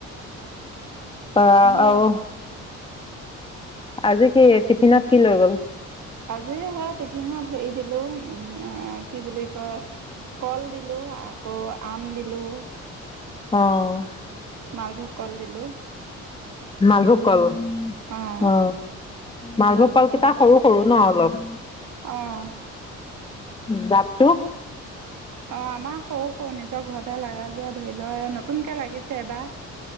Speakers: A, on the left; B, on the right.
A: অ'
B: সেই
A: আৰু আজি কি টিফিন'ত কি লৈ গ'ল?
B: আজি হে টিফিন'ত হেৰি দিলো উম এ কি বুলি কয় কল দিলোঁ আকৌ, আম দিলোঁ।
A: অ'
B: মালভোগ কল দিলোঁ।
A: মালভোগ কল
B: অঁ
A: অ, মালভোগ
B: তাৰপিছত
A: কল কেইটা সৰু সৰু ন অলপ।
B: অ'
A: জাতটো।
B: অ, আমাৰ সৰু সৰু নিজৰ ঘৰতে লাগা যে ধৰি ল নতুনকে লাগিছে এবাৰ।